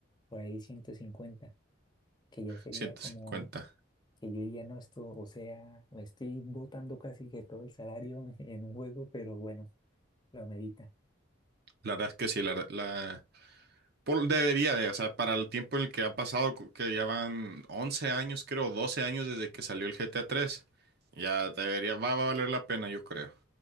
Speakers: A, on the left; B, on the right.
A: por ahí 150 que ya sería
B: ciento
A: como
B: cincuenta
A: que yo diría, no, esto, o sea, me estoy botando casi que todo el salario <laughs> en un juego, pero bueno, lo medita.
B: La verdad es que sí, la, la por- debería de, o sea, para el tiempo en el que ha pasado, co- que ya van 11 años, creo, 12 años desde que salió el G GTA tres ya debería, va, va a valer la pena, yo creo.